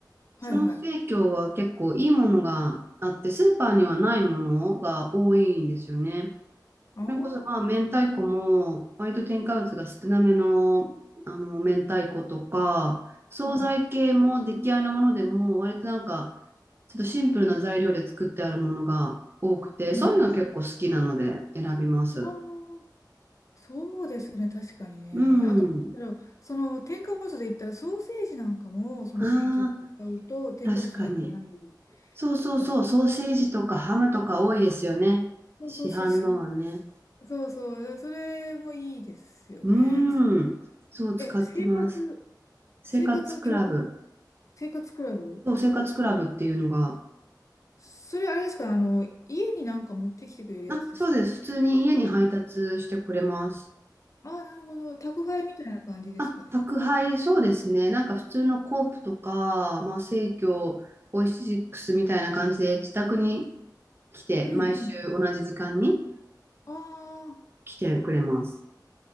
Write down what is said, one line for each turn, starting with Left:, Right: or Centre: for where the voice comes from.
Left: はいはい。
Right: その生協は結構いいものがあって、スーパーにはないものが多いんですよね。それこそまあ明太子も割と添加物が少なめの、
Left: あ
Right: あの明太子とか惣菜系も出来合いのものでも割となんか
Left: あ、はい。
Right: ちょっとシンプルな材料で作ってあるものが多くてそういうの結構好きなので選びます。
Left: うん。ああ、そうですね、確かにね。
Right: うん。
Left: あと、なんだろう、その添加物で言ったらソーセージなんかも、その生協で買うと添加物入ってない
Right: ああ、確かに。そうそうそう、
Left: じゃない。
Right: ソーセージとかハムとか多いですよね。
Left: そうそうそうそう。
Right: 市販のはね。
Left: そうそう。それもいいですよね。
Right: うーん。そう使ってます。
Left: え、生活
Right: 生活クラブ。
Left: 生活共同、生活クラブ
Right: そう、生活クラブっていうのが
Left: それあれですかあの、家になんか持ってきてくれるやつですか
Right: あ、そうです。普通に家に配達してくれます。
Left: ああなるほど。宅配みたいな感じですかね。
Right: あ、宅配、そうですね。なんか普通のコープとか、まあ、生協、オイシックスみたいな感じで自宅に来て、
Left: うんうん。
Right: 毎週同じ時間に
Left: ああ、
Right: 来てくれます。